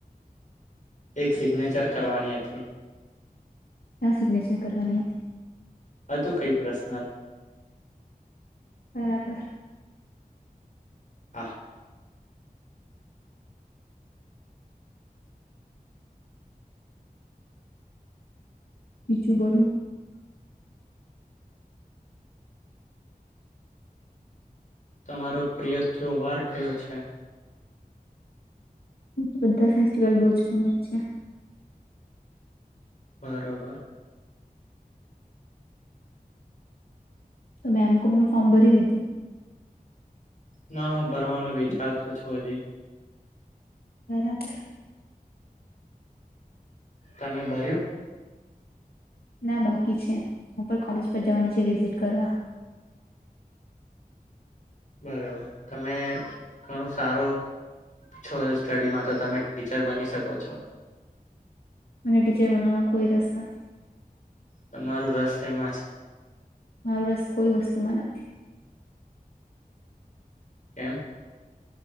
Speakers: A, on the left (about 55°); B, on the left (about 80°).
A: એક સિગ્નેચર કરવાની હતી.
B: આ્યા સિગ્નેચર કરવાની હતી
A: હતું કઈ પ્રશ્નલ
B: બરાબર
A: હા
B: પીજું બો
A: તમારો પ્રિય ત્યો વાર કયો છે
B: તો બધા ફેસ્ટિવલ બહુ જ ગમે છે
A: બરોબર
B: તમે એમ કોમનું ફોર્મ ભરી દીધું.
A: ના હું ભરવાનું વિચારતો છું હજી.
B: <unintelligible>
A: તમે ભર્યુ?
B: ના બાકી છે હું પણ કોલેજ પર જવાની છે વિઝિટ કરવા.
A: બરોબર તમે ઘણું સારું છો સ્ટડીમાં તો તમે ટીચર બની શકો છો.
B: મને ટીચર બનવામાં કોઈ રસ નથી.
A: તમારું રસ શેમાં છે?
B: મારૂ રસ કોઈ વસ્તુમાં નથી.
A: કેમ?